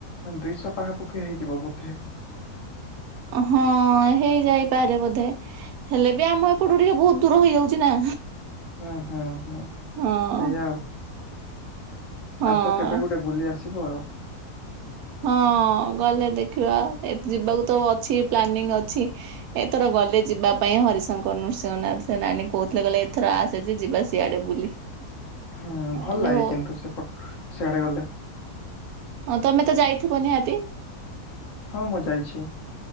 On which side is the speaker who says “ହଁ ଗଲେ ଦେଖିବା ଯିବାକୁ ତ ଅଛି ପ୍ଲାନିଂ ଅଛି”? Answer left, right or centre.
Right